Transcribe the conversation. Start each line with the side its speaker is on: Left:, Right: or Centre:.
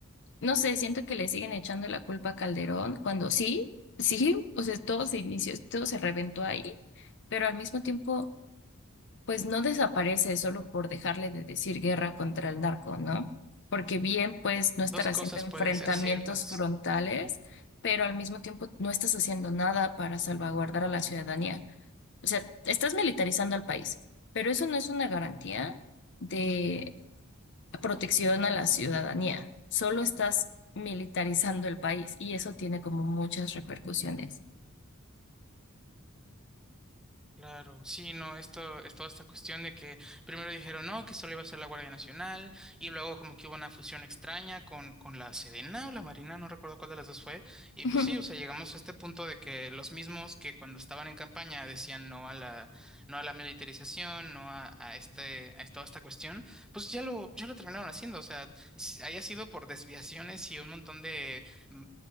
Left: no sé, siento que le siguen echando la culpa a Calderón cuando sí, sí, o sea, todo se inició, todo se reventó ahí, pero al mismo tiempo, pues no desaparece solo por dejarle de decir guerra contra el narco, ¿no? Porque bien, pues no estar
Centre: Dos
Left: haciendo
Centre: cosas
Left: enfrentamientos
Centre: pueden ser ciertas.
Left: frontales, pero al mismo tiempo no estás haciendo nada para salvaguardar a la ciudadanía. O sea, estás militarizando al país, pero eso no es una garantía de protección a la ciudadanía. Solo estás militarizando el país y eso tiene como muchas repercusiones.
Centre: Claro, sí, no, esto es toda esta cuestión de que primero dijeron no, que solo iba a ser la Guardia Nacional y luego como que hubo una fusión extraña con, con la Sedena o la Marina, no recuerdo cuál de las dos fue, y
Left: Ujú,
Centre: pues sí, o sea, llegamos a este punto de que los mismos que cuando estaban en campaña decían no a la, no a la militarización, no a, a este, a toda esta cuestión, pues ya lo, ya lo terminaron haciendo, o sea, si- haya sido por desviaciones y un montón de mm,